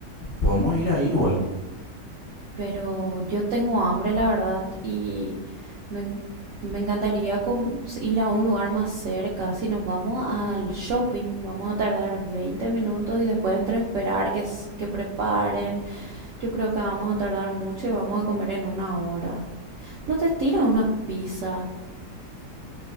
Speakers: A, on the left; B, on the right.
A: podemos ir ahí igual.
B: Pero yo tengo hambre, la verdad, y me, en- me encantaría com- ir a un lugar más cerca. Si nos vamos al shopping, vamos a tardar 20 minutos y después entre esperar que, s- que preparen. Yo creo que vamos a tardar mucho y vamos a comer en una hora. No te estira una pizza,